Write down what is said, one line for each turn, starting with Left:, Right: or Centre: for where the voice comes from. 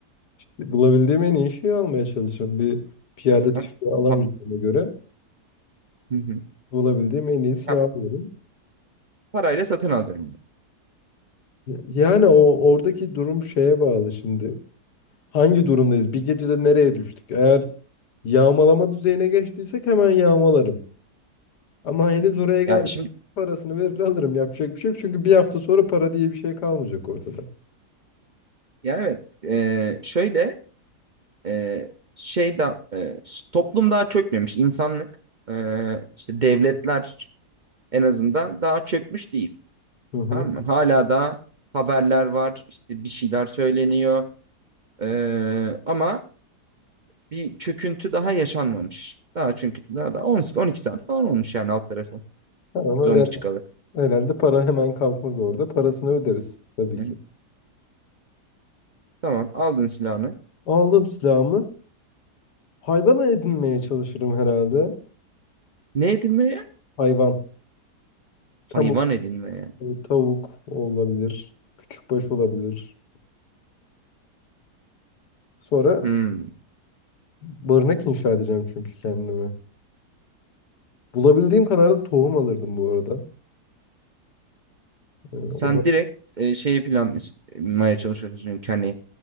Left: Bulabildiğim en iyi şeyi almaya çalışıyorum. Bir piyade tüfeği
Right: Tam,
Left: alamayacağıma
Right: tam,
Left: göre
Right: hı hı.
Left: bulabildiğim en iyi silahı
Right: Ya
Left: alıyorum.
Right: parayla satın alacaksın.
Left: Yani o oradaki durum şeye bağlı şimdi. Hangi durumdayız? Bir gecede nereye düştük? Eğer yağmalama düzeyine geçtiysek hemen yağmalarım. Ama henüz oraya gelmedim.
Right: Ya şimdi
Left: Parasını verir alırım. Yapacak bir şey yok. Çünkü bir hafta sonra para diye bir şey kalmayacak ortada.
Right: ya evet e, şöyle e, şey da e, toplum daha çökmemiş insanlık e, işte devletler en azından daha çökmüş değil.
Left: Hı hı.
Right: Tamam mı? Hala da haberler var işte bir şeyler söyleniyor E, ama bir çöküntü daha yaşanmamış. Daha çünkü daha da iki on iki saat falan olmuş yani alt tarafı
Left: Ha, Ama
Right: zombi
Left: yani
Right: çıkalı.
Left: herhalde para hemen kalkmaz orada. Parasını öderiz tabii
Right: Hı hı.
Left: ki.
Right: Tamam aldın silahını.
Left: Aldım silahımı. Hayvan edinmeye çalışırım herhalde.
Right: Ne edilmeye?
Left: Hayvan.
Right: Hayvan
Left: Tavuk,
Right: edinmeye.
Left: tavuk olabilir. Küçükbaş olabilir. Sonra
Right: Hmm.
Left: barınak inşa edeceğim çünkü kendime. Bulabildiğim kadar da tohum alırdım bu arada. Ee,
Right: Sen
Left: o da
Right: direkt e, şeyi planlamaya çalışıyorsun çünkü hani